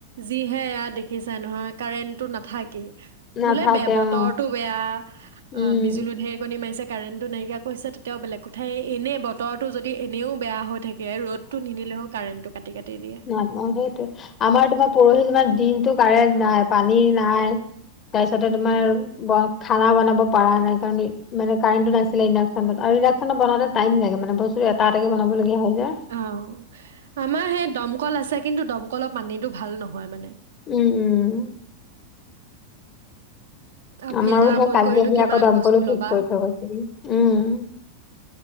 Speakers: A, on the right; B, on the left.
A: যিহে এাত দেখিছাই নহয় কাৰেণ্টটো নাথাকেই
B: নাথাকে
A: বোলে বেয়া বতৰৰতো
B: অ
A: বেয়া অ
B: উম
A: বিজুলো েৰিকণী মাৰিছে কাৰেণ্টটো নাইকিয়া কৰিছে তেতিয়াও বেলেগ কথাই এনেই বতৰটো যদি এনেও বেয়া হৈ থাকে। ে ৰদতটো নিনিলেও কাৰেণ্টটো কাটি কাটি দিয়ে
B: ন' ন' সেইটো আমাৰ তোমাৰ পৰহি তোমাৰ দিনটো কাৰেণ্ট নাই, পানী নাই। তাৰপিছতে
A: উম
B: তোমাৰ খানা বনাব পৰা নাই কাৰণ মানোৰেণ্টটো নাছিলে ইণ্ডাকচনত আৰু ইণ্ডাকশচনত বনে টাইম লাগে মানে বস্তুটো এটা এটে বনাবলগীয়া হয়। যে
A: অ', আমাৰ সে দমকল আছে কিন্তু দমকলৰ পানীটো ভাল নহয় মানে।
B: উম, উম।
A: আৰু
B: আমাৰো
A: ফিল্টাৰ
B: সেই
A: কৰি
B: কালি
A: কৰিনো
B: আহি
A: কিমান
B: আকৌ দমকলো
A: বস্তু
B: ঠিক
A: ল'বা
B: কৰি থ গছিল উম